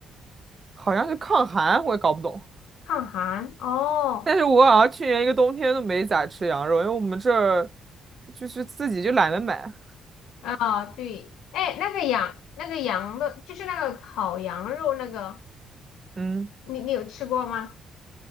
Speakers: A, on the right; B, on the left.
A: 好像是抗寒，我也搞不懂。
B: 抗寒哦，
A: <laughs> 但是我好像去年一个冬天都没咋吃羊肉，因为我们这儿就是自己就懒得买。
B: 啊、对，哎，那个羊，那个羊的，就是那个烤羊肉那个，
A: 嗯，
B: 你你有吃过吗？